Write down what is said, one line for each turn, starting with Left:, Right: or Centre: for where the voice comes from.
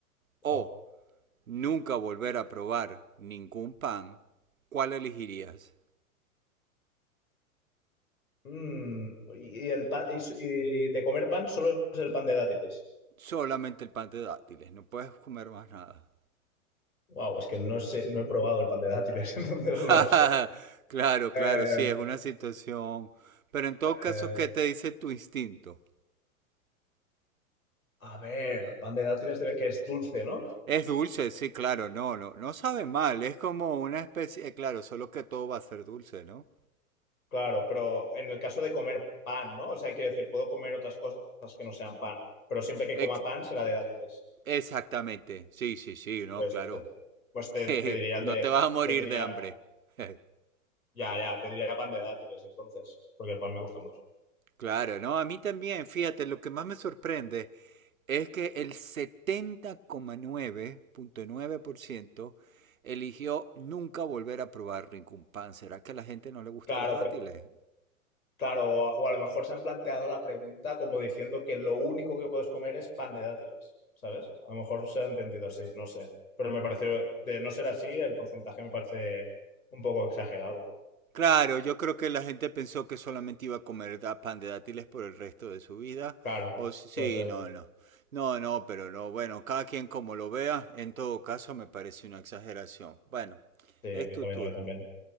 Left: Wow.
Right: o nunca volver a probar ningún pan, ¿cuál elegirías?
Left: Mm, y, y el pan, y, y de comer pan solo es el pan de dátiles.
Right: Solamente el pan de dátiles, no puedes comer más nada.
Left: Wow, es que no sé, no he probado el pan de dátiles, <laughs> entonces
Right: <laughs>
Left: no lo sé.
Right: Claro,
Left: Eh,
Right: claro, sí, es una situación. Pero en todo caso,
Left: eh,
Right: ¿qué te dice tu instinto?
Left: a ver, pan de dátiles debe que es dulce, ¿no?
Right: Es dulce, sí, claro, no, no, no sabe mal, es como una especie, eh, claro, solo que todo va a ser dulce, ¿no?
Left: Claro, pero en el caso de comer pan, ¿no? O sea, quiero decir, puedo comer otras cosas que no sean pan, pero siempre que
Right: Ec-
Left: coma pan será de dátiles.
Right: exactamente, sí, sí, sí, no,
Left: Pues,
Right: claro.
Left: te- pues te,
Right: <laughs>
Left: te diría el
Right: No
Left: de,
Right: te vas a morir
Left: te diría,
Right: de hambre. <laughs>
Left: ya, ya, te diría pan de dátiles entonces, porque el pan me gusta mucho.
Right: Claro, no, a mí también, fíjate, lo que más me sorprende es que el setenta coma nueve nueve punto nueve por ciento eligió nunca volver a probar ningún pan. ¿Será que a la gente no le gustan
Left: Claro,
Right: los dátiles?
Left: porque, claro, o a lo mejor se han planteado la pregunta como diciendo que lo único que puedes comer es pan de dátiles, ¿sabes? A lo mejor se ha entendido así, no sé. Pero me pareció, de no ser así, el porcentaje me parece un poco exagerado.
Right: Claro, yo creo que la gente pensó que solamente iba a comer da- pan de dátiles por el resto de su vida.
Left: Claro,
Right: O s- sí,
Left: puede ser.
Right: no, no. No, no, pero no. Bueno, cada quien como lo vea, en todo caso me parece una exageración. Bueno,
Left: Sí,
Right: es
Left: a mí
Right: tu
Left: también,
Right: turno.
Left: a mí también.